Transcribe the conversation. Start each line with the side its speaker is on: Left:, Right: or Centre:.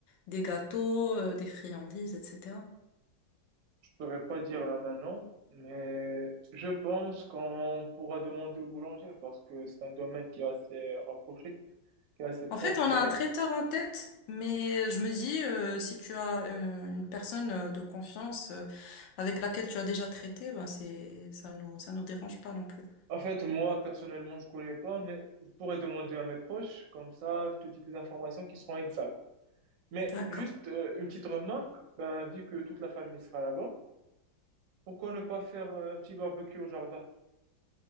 Left: des gâteaux, euh, des friandises, etc.
Right: Je ne pourrais pas dire là maintenant, mais je pense qu'on pourra demander au boulanger parce que c'est un domaine qui est assez rapproché, qui est assez proche,
Left: En fait, on
Right: je dirais.
Left: a un traiteur en tête, mais je me dis, euh, si tu as euh, une personne euh, de confiance euh, avec laquelle tu as déjà traité, ben c'est, ça nous, ça nous dérange pas non plus.
Right: En fait, moi, personnellement, je connais pas, mais je pourrais demander à mes proches, comme ça, je te dis des informations qui seront exactes. Mais
Left: D'accord.
Right: juste euh, une petite remarque, ben, vu que toute la famille sera là-bas, pourquoi ne pas faire euh, un petit barbecue au jardin?